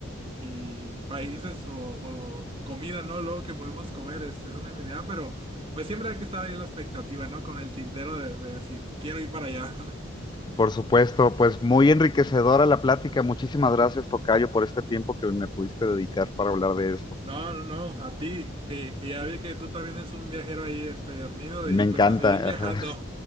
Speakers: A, on the right; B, on the left.
A: y países o, o comida, ¿no? Luego que podemos comer es, es una infinidad, pero pues siempre hay que estar ahí en la expectativa, ¿no? Con el tintero de, de decir, quiero ir para allá. <laughs>
B: Por supuesto, pues muy enriquecedora la plática. Muchísimas gracias, Tocayo, por este tiempo que me pudiste dedicar para hablar de esto.
A: No, no, no, a ti, que, que ya vi que tú también eres un viajero ahí empedernido
B: Me
A: y
B: encanta.
A: pues a seguir viajando,
B: ajá.